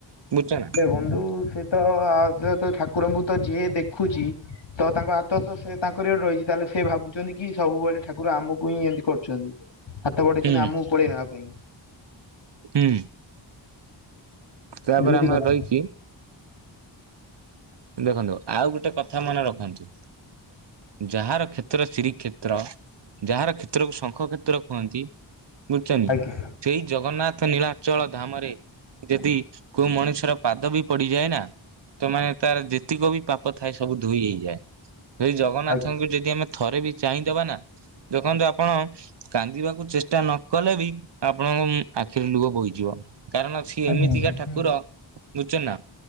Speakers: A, on the right (about 60°); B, on the left (about 65°).
A: ବୁଝୁଛ ନା?
B: ହେ ବନ୍ଧୁ ସେଏ ତ ଆ ତ ଠାକୁରଙ୍କୁ ତ ଯିଏ ଦେଖୁଛି ତ ତାଙ୍କ ଆତ ସେ ତାଙ୍କ ରହିଛି ତାହେଲେ ସେ ଭାବୁଛନ୍ତି କି ସବୁବେଳେ ଠାକୁର ଆମକୁ ହିଁ ଏମିତି କରୁଛନ୍ତି ହାତ ବଢେଇଛନ୍ତି
A: ହୁଁ
B: ଆମକୁ କୋଳେଇ ନବା ପାଇଁ
A: ହୁଁ ତାପରେ
B: ଏମିତି
A: ଆମର
B: କଥା
A: ରହିଛି ଦେଖନ୍ତୁ ଆଉ ଗୋଟେ କଥା ମନେ ରଖନ୍ତୁ। ଯାହାର କ୍ଷେତ୍ର ଶ୍ରୀରି କ୍ଷେତ୍ର ଯାହାର କ୍ଷେତ୍ରକୁ ଶଙ୍ଖ କ୍ଷେତ୍ର କୁହନ୍ତି ବୁଝୁଛନ୍ତି
B: ଆଜ୍ଞା
A: ସେଇ ଜଗନ୍ନାଥ ନୀଳାଚଳ ଧାମରେ ଯଦି କୋଉ ମଣିଷର ପାଦ ବି ପଡିଯାଏ ନା ତ ମାନେ ତାର ଯେତକ ବି ପାପ ଥାଏ ସବୁ ଧୋଇ ହେଇଯାଏ ସେ ଜଗନ୍ନାଥଙ୍କୁ
B: ଆଜ୍ଞା
A: ଯଦି ଆମେ ଥରେ ବି ଚାହିଁଦବାନା ଦେଖନ୍ତୁ ଆପଣ କାନ୍ଦିବାକୁ ଚେଷ୍ଟା ନ କଲେ ବି ଆପଣଙ୍କ ଆଖିରୁ ଲୁହ ବୋହିଯିବ। କାରଣ ସିଏ
B: ଆଜ୍ଞା
A: ଏମିତିକା
B: ଆଜ୍ଞା।
A: ଠାକୁର ବୁଝୁଛନା